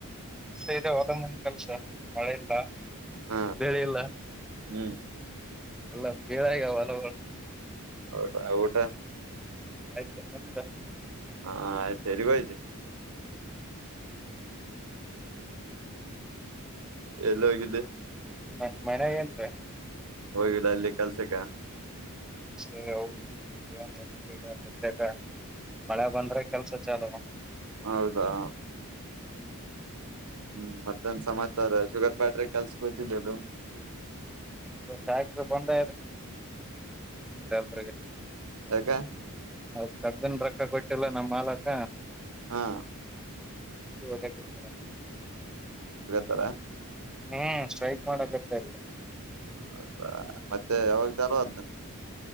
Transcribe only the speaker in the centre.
ಇದೆ ಒದೊಂದ ಕೆಲ್ಸ ಮಳೆ ಇಲ್ಲ
ಬೆಳಿ ಇಲ್ಲ.
ಎಲ್ಲ ಬೀಳ ಈಗಲ <inaudible>
ಆಯ್ತು ನಿಮ್ದ.
ಮ ಮನೆ ಎಲ್ರ.
ಸರಿ ಹ ಈಗನ್ ಎಲ್ ಈಗ ಸಂಜಾಗ <inaudible> ಮಳೆ ಬಂದ್ರೆ ಕೆಲ್ಸ ಚಲ.
ಹ್ಮ.
ಫ್ಯಾಕ್ಟ್ರಿ ಬಂದ ಹ
<inaudible> ಕದ್ದನ್ ರೊಕ್ಕ ಕೊಟ್ಟಿಲ್ಲ ನಮ ಮಾಲಕ.
ಡತರ-
ಹ್ಮ್ ಸ್ಟಕ್ ಮಾಡಕತರಿ.